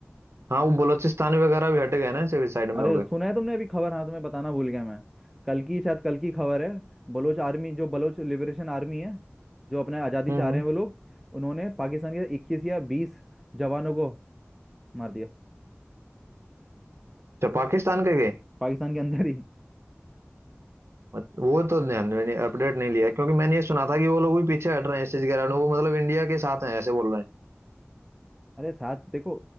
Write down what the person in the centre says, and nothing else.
अरे
सुना है तुमने अभी खबर हाँ तुम्हें बताना भूल गया मैं कल की शायद कल की खबर है बलोच आर्मी जो बलोच लिबरेशन आर्मी है जो अपने आज़ादी
चाह
रहे हैं वो लोग उन्होंने पाकिस्तान के इक्कीस या बीस जवानों को मार दिया
पाकिस्तान के अंदर ही
अरे साथ देखो